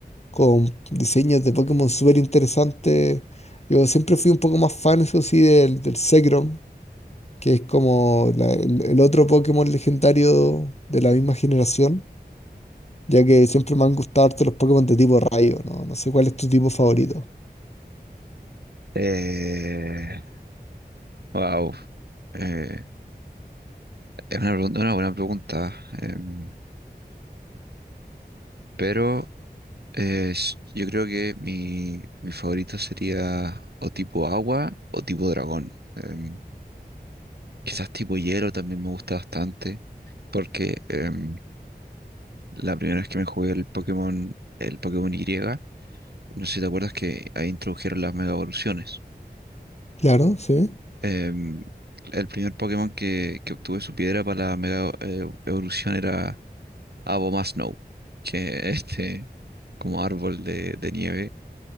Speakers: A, on the left; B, on the right.
A: con diseños de Pokémon súper interesantes. Yo siempre fui un poco más fan, eso sí, del, del Zekrom, que es como la- el, el otro Pokémon legendario de la misma generación, ya que siempre me han gustado harto los Pokémon de tipo rayo, ¿no? No sé cuál es tu tipo favorito.
B: Eh, wow. Eh, es una, pregun- una buena pregunta. em, pero Eh, s- yo creo que mi, mi favorito sería o tipo agua o tipo dragón. Em, quizás tipo hielo también me gusta bastante, porque em, la primera vez que me jugué el Pokémon, el Pokémon Y, no sé si te acuerdas que ahí introdujeron las mega evoluciones.
A: Claro, sí.
B: Em, el primer Pokémon que, que obtuve su piedra para la mega eh, evolución era Abomasnow, que <laughs> es este como árbol de, de nieve